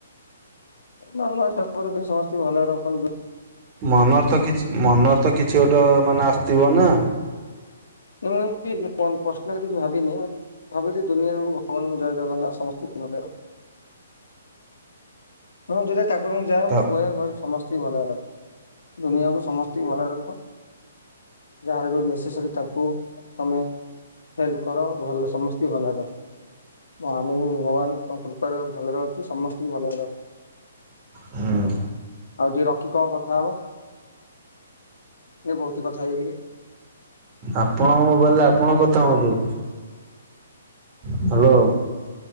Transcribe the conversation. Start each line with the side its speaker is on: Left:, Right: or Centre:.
Left: ନର୍ମାଲ ଠାକୁର ଯେମିତି ସମସ୍ତଙ୍କୁ ଭଲରେ ରଖ
Right: ମନରେ ତ କିଛି ମନରେ ତ କିଛି ଗୋଟେ ମାନେ ଆସିଥିବ ନା?
Left: ମୁଁ ଏମିତି ପର୍ସନାଲ କିଛି ଭାବିନି ମୁଁ ଭାବିଲି ଦୁନିଆ ଭଗବାନ୍ ଜୟ ଜଗନ୍ନାଥ ସମସ୍ତିଙ୍କି ଭଲ ହଁ ଯେତେଳେ ଠାକୁରଙ୍କୁ ଯାଏ
Right: ତ
Left: ମୁଁ କୁହେ ଭବି ସମସ୍ତିଙ୍କି ଭଲରେ ରଖ ଦୁନିଆକୁ ସମସ୍ତ ଭଲରେ ରଖ ଯାହାର ଯୋଉ ନେସେସୀ ତାଙ୍କୁ ତମେ ହେଲ୍ପ କର ଭଲ ସମସ୍ତି ଙ୍କୁ ଭଲ ରେ ରଖ ତ ଆମକୁ ଭଗବାନ ଆ କୃପାରୁ ଭଲରେ ଅଛୁ ସମସ୍ତଙ୍କୁ ଭଲରେ ରଖ।
Right: ହୁଁ
Left: ଆଉ ଟିକେ ରଖି କଣ କଥା ହବ? ଏ ବହୁତ କଥା ହେଇସାରିଲିଣି।
Right: ଆପଣଙ୍କ ମୋବାଇଲରେ ଆପଣଙ୍କ କଥା ହୁଅନ୍ତୁ ହ୍ୟାଲୋ।